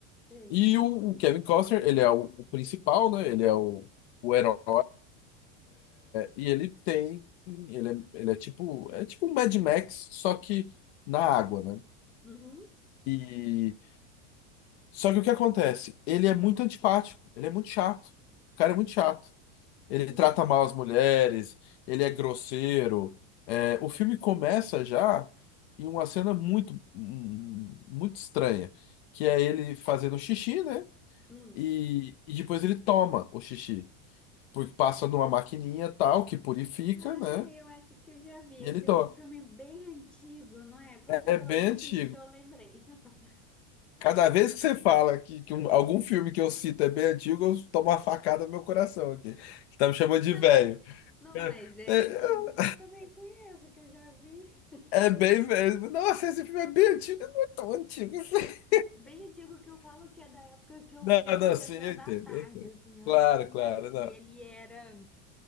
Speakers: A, in the centre; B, on the left (about 55°).
A: sei.
B: E o, o Kevin Costner, ele é o, o principal, né? Ele é o, o herói. E ele tem, ele é, ele é tipo, é tipo um Mad Max, só que na água, né?
A: Uhum,
B: E só que o que acontece? Ele é muito antipático, ele é muito chato. O cara é muito chato. Ele
A: uhum,
B: trata mal as mulheres, ele é grosseiro. É, o filme começa já em uma cena muito, hum, muito estranha, que é ele fazendo xixi, né?
A: hum.
B: E, e depois ele toma o xixi, porque passa numa maquininha tal que purifica,
A: Ah,
B: né?
A: eu acho que eu já vi.
B: E
A: Esse
B: ele toma.
A: é um filme bem antigo, não é? Quando
B: É
A: você falou
B: bem
A: do
B: antigo.
A: xixi, eu lembrei. <laughs>
B: Cada vez que você fala que, que um- algum filme que eu cito é bem antigo, eu tomo uma facada no meu coração aqui. Você tá me chamando de
A: Não,
B: velho.
A: não,
B: Cara,
A: mas é
B: É,
A: antigo que eu também conheço, que eu já vi.
B: é bem velho. Nossa, esse filme é bem antigo, não é tão antigo assim. <laughs>
A: Bem antigo que eu falo que é da época que eu
B: Não,
A: via na
B: não,
A: sessão
B: sim, eu
A: da
B: entendo,
A: tarde,
B: eu entendo.
A: assim, eu
B: Claro,
A: acho que eu já
B: claro,
A: vi. E
B: não.
A: ele era,